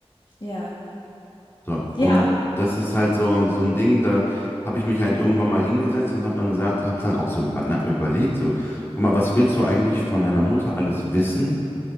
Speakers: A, on the left; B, on the left.
A: Ja.
B: So. Und
A: Ja.
B: das
A: O
B: ist halt so, so ein Ding, da habe ich mich halt irgendwann mal hingesetzt und habe dann gesagt, habe dann auch so über, überlegt, so, guck mal, was willst du eigentlich von deiner Mutter alles wissen?